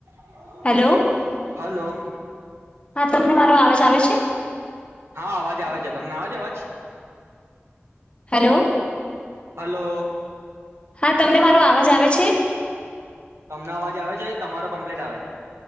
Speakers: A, on the right (about 75°); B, on the left (about 25°).
A: <inaudible>
B: Hello
A: hello.
B: હા તમને મારો અવાજ આવે છે
A: હા, અવાજ આવે છે. તમને અવે છે, અવાજ?
B: હેલો
A: હલો
B: હા, તમને મારો અવાજ આવે છે?
A: તમને અવાજ આવે છે તમારો કમ્પ્લીટ આવે છે.